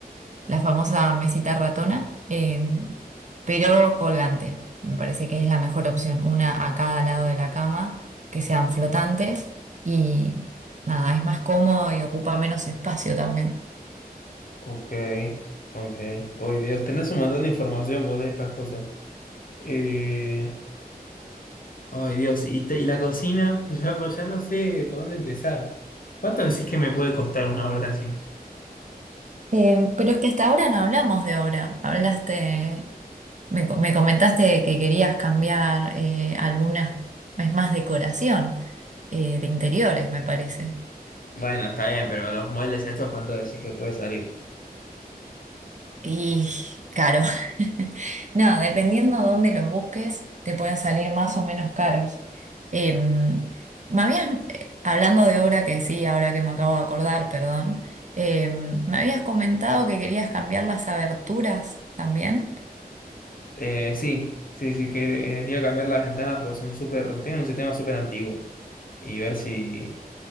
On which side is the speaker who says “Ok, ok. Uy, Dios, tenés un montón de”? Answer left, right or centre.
Left